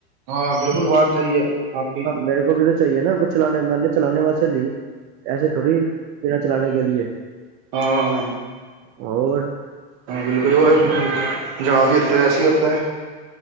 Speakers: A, on the right; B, on the right.
A: ਹਾਂ ਬਿਲਕੁਲ ਬਾਤ ਸਈ ਹੈ ਆਪ ਕੀ।
B: ਮੇਰੇ ਕੋ ਵੀ ਚਾਹੀਏ ਨਾ ਕੁਛ ਚਲਾਣੇ ਮੈਂਨੇ ਚਲਾਣੇ ਵਾਸਤੇ ਲੀ ਐਸੇ ਥੋੜੀ ਚਲਾਨੇ ਕੇ ਲੀਯੇ।
A: ਹਾਂ
B: ਹੋਰ?
A: ਹਾਂ ਬਿਲਕੁਲ ਉਹ <unintelligible>